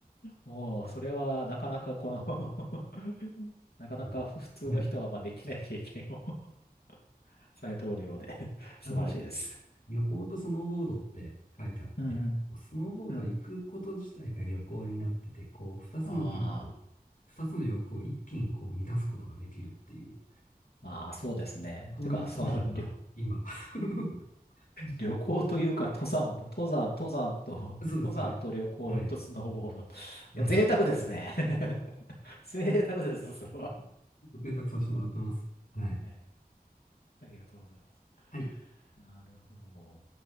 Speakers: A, on the left; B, on the left.
A: もう、それは、なかなかこの <laughs> なかなか普通の人は、
B: はいうんはい。
A: まあ、できない経験を <laughs> されておるようで <laughs> 素晴らしいです。
B: あの、旅行とスノーボードって書いてあって、
A: うんう
B: こうスノーボード行くこと自体が旅行になってて、
A: ん。うん。
B: こう、二つの趣味、
A: ああ、
B: 二つの欲を一気にこう満たすことができるっていう、
A: まあ、そうですね。
B: そういうスタイルが今。
A: てか、その、りょ
B: <laughs>
A: 旅行というか、登山も、登山、登山と、<laughs>
B: そうですね。
A: 登山と旅行とスノーボード。
B: はい。
A: い
B: はい。
A: や、贅沢ですね。<laughs> 贅沢です、それは。
B: ご提託させてもらってます。はい。
A: はい。ありがとうございます。
B: はい
A: なるほど。